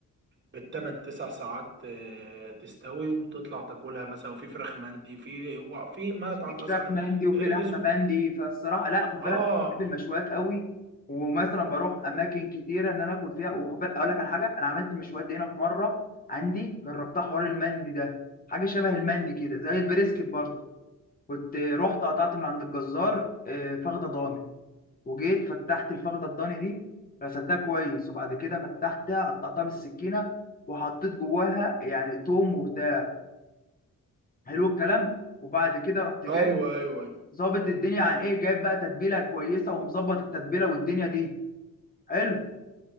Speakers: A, on the right; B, on the left.
A: بالتمن تسع ساعات آه، تستوي وتطلع تاكلها مثلا في فراخ مندي في في مطعم
B: في
A: مثلا
B: فراخ مندي وفي
A: آه،
B: لحمه
A: اسمه
B: مندي فالصراحه لا خد بالك
A: اه
B: بحب المشويات قوي ومثلا بروح اماكن كتيره ان انا اكل فيها وخد بالك اقول لك على حاجه انا عملت مشويات دي هنا في مره عندي جربتها حوار المندي ده حاجه شبه المندي كده زي البريسكت برضه كنت رحت قطعت من عند الجزار آه، فخده ضاني وجيت فتحت الفخده الضاني دي غسلتها كويس وبعد كده فتحتها قطعتها بالسكينه وحطيت جواها يعني توم وبتاع حلو الكلام وبعد كده رحت جاي
A: ايوه ايوه
B: ظابط الدنيا عن ايه جايب بقى تتبيله كويسه ومظبط التتبيله والدنيا دي حلو